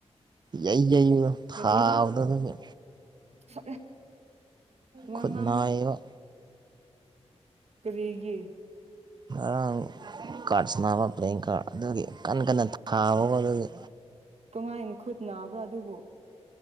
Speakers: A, on the right; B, on the right.
A: ꯌꯩ ꯌꯩꯔ ꯊꯥꯕꯗꯣ
B: ꯀꯔꯤꯕ
A: ꯑꯗꯨꯒꯤ
B: ꯁꯣꯛꯑꯦ ꯋꯥ
A: ꯈꯨꯠ
B: ꯉꯥꯡꯅꯨ
A: ꯅꯥꯏꯌꯦꯕ
B: ꯀꯔꯤꯒꯤ
A: ꯉꯔꯥꯡ ꯀꯥꯠꯁ ꯁꯥꯟꯅꯕ ꯄ꯭ꯂꯦꯌꯤꯡ ꯀꯥꯠ ꯑꯗꯨꯒꯤ ꯀꯟ ꯀꯟꯅ ꯊꯥꯕꯀꯣ ꯑꯗꯨꯒꯤ
B: ꯀꯃꯥꯏꯅ ꯈꯨꯠ ꯅꯥꯕ꯭ꯔ ꯑꯗꯨꯕꯨ